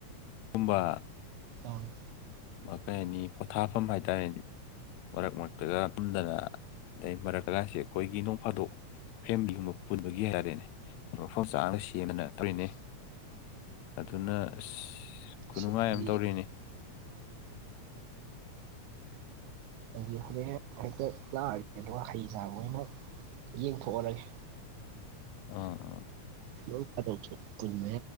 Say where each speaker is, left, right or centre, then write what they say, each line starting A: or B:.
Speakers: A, on the left; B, on the right.
A: ꯀꯨꯝꯕ
B: ꯑꯣꯣꯡ <inaudible>
A: ꯑꯃ ꯀꯩ ꯍꯥꯏꯅꯤ ꯄꯣꯊꯥꯐꯝ ꯍꯥꯏꯇꯥꯔꯦꯅꯦ ꯃꯔꯛ ꯃꯔꯛꯇꯒ ꯐꯝꯗꯅ ꯗꯩ ꯃꯔꯛ ꯀꯀꯥꯏꯁꯦ ꯑꯈꯣꯏꯒꯤ ꯅꯣꯡ ꯐꯥꯗꯣꯛ ꯐꯦꯃꯤꯂꯤ ꯃꯨ ꯄꯨꯟꯕꯒꯤ ꯍꯥꯏꯔꯦꯅꯦ ꯃꯐꯝ ꯆꯥꯗ ꯁꯦꯝꯗꯅ ꯇꯧꯔꯤꯅꯦ ꯑꯗꯨꯅ ꯑꯁ ꯈꯨꯅꯨꯡꯉꯥꯏ
B: ꯁꯤꯗꯤ
A: ꯑꯃ ꯇꯧꯔꯦꯅꯦ
B: ꯑꯗꯨꯗꯤ ꯍꯣꯔꯦꯟ ꯍꯦꯛ ꯍꯦꯛꯇ ꯂꯥꯛꯑꯒꯦ ꯑꯗꯨꯒ ꯍꯩ ꯆꯥꯕ ꯑꯣꯏꯅ ꯌꯦꯡꯊꯣꯛ ꯑꯔꯒꯦ
A: ꯑ
B: ꯅꯣꯡ ꯐꯥꯗꯣꯛꯁꯨ ꯄꯨꯟꯅꯥ